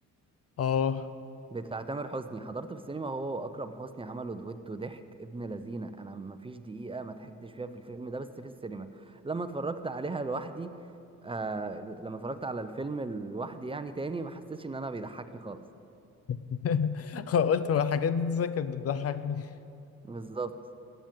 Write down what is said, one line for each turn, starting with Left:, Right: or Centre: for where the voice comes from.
Left: اه
Right: بتاع تامر حسني حضرت في السينما هو واكرم حسني عملوا دويتو ضحك ابن لذينه انا ما فيش دقيقه ما ضحكتش فيها في الفيلم ده بس في السينما لما اتفرجت عليها لوحدي آه لما اتفرجت على الفيلم لوحدي يعني تاني ما حسيتش ان انا بيضحكني خالص
Left: <laughs> قلت هو الحاجات دي ازاي كانت بتضحكني
Right: بالظبط